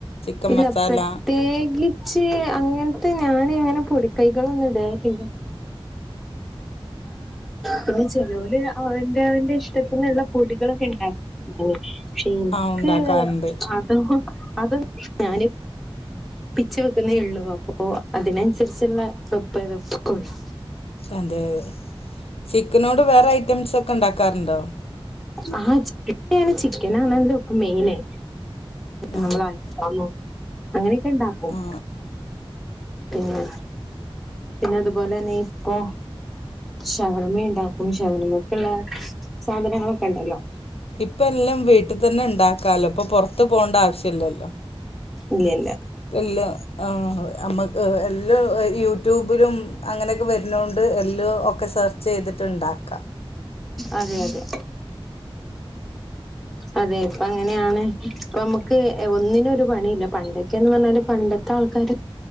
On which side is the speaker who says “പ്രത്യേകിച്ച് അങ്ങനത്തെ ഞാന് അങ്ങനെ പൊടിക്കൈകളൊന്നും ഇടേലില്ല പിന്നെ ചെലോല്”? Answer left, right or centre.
Centre